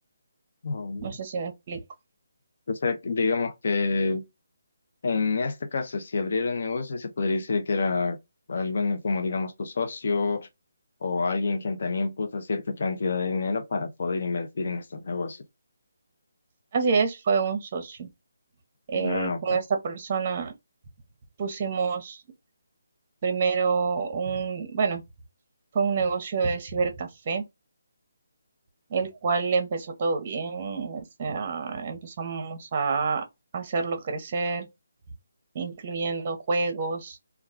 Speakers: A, on the left; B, on the right.
A: Oh.
B: No sé si me explico.
A: O sea, digamos que En este caso, si abriera un negocio, se podría decir que era alguien como, digamos, tu socio o alguien quien también puso cierta cantidad de dinero para poder invertir en estos negocios.
B: Así es, fue un socio. Eh,
A: Ah, ok.
B: con esta persona pusimos primero un, bueno, fue un negocio de cibercafé el cual empezó todo bien, o sea, empezamos a hacerlo crecer, incluyendo juegos,